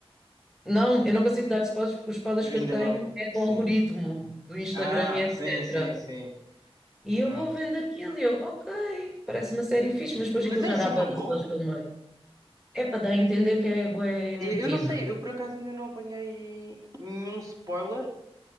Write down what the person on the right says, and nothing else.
Ainda
não.
Sim.
Ah,
sim, sim, sim.
Pronto.
Mas
é
assim
tão
bom?
Eu eu não sei, eu por acaso ainda não apanhei nenhum spoiler.